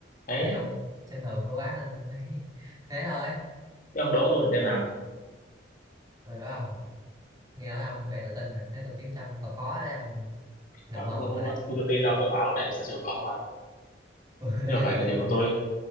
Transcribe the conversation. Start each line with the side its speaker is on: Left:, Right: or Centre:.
Left: đấy
Right: tại ông xem thường tôi quá nên tôi mới <laughs> thế thôi
Left: thế ông đố tôi thử xem nào
Right: rồi đó ông nghe nói ông có vẻ tự tin nè thấy tôi kiếm cho ông còn khó đấy ông ngậm
Left: Nó
Right: mồm
Left: không
Right: ông
Left: đố
Right: lại
Left: nó tôi tự tin đâu tôi bảo này là sở trường của ông mà
Right: <laughs> tôi nó
Left: chứ đâu
Right: sẽ
Left: phải
Right: trường
Left: sở
Right: tôi
Left: trường
Right: bao
Left: của
Right: giờ
Left: tôi